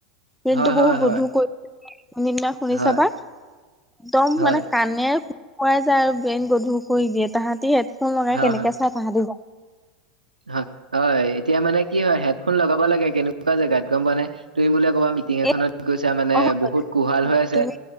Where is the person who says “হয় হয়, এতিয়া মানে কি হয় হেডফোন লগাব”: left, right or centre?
Right